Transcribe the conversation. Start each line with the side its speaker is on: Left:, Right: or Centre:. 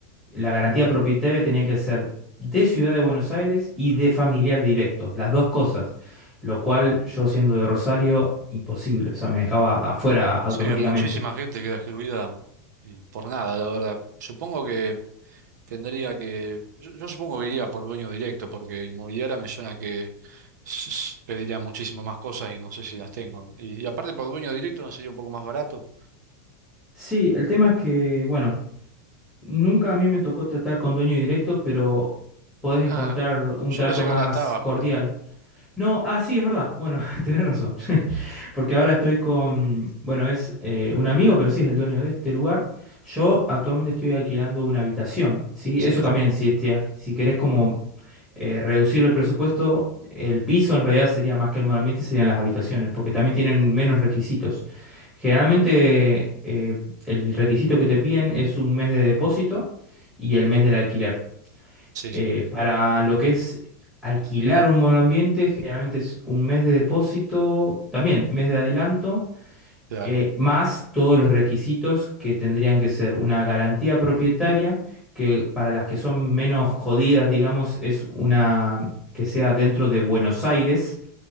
Centre: La garantía propietaria tenía que ser de Ciudad de Buenos Aires y de familiar directo, las dos cosas. Lo cual yo siendo de Rosario, imposible. O sea, me dejaba afuera automáticamente.
Right: Sí, muchísima gente queda excluida y por nada, la verdad. Supongo que tendría que, yo, yo supongo que iría por dueño directo, porque inmobiliaria me suena que s- s- pediría muchísimo más cosas y no sé si las tengo. Y, y aparte por dueño directo no sería un poco más barato.
Centre: Sí, el tema es que, bueno, Nunca a mí me tocó tratar con dueño directo, pero podés encontrar
Right: Ah,
Centre: un
Right: yo
Centre: trato
Right: pensé
Centre: más
Right: que ahora estabas
Centre: cordial.
Right: con...
Centre: No, ah, sí, es verdad. Bueno, <laughs> tenés razón. <laughs> Porque ahora estoy con, bueno, es eh, un amigo, pero sí es el dueño de este lugar. Yo actualmente estoy alquilando una habitación, ¿sí? Eso
Right: Sí,
Centre: también,
Right: sí,
Centre: si, este, si querés como eh, reducir el presupuesto, el piso en realidad sería más que el monoambiente, serían las habitaciones, porque también tienen menos requisitos. Generalmente eh, el requisito que te piden es un mes de depósito y el mes del alquiler.
Right: sí,
Centre: Eh,
Right: sí,
Centre: para lo que es alquilar un monoambiente, generalmente es un mes de depósito, también mes de adelanto,
Right: claro,
Centre: eh, más todos los requisitos que tendrían que ser una garantía propietaria, que para las que son menos jodidas, digamos, es una que sea dentro de Buenos Aires